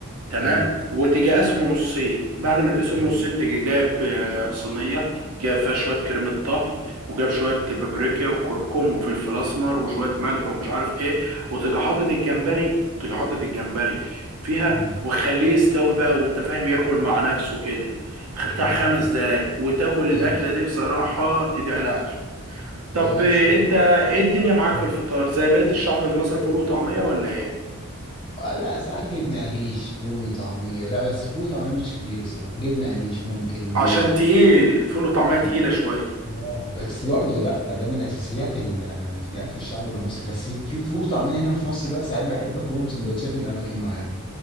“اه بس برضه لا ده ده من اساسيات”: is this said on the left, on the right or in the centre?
Left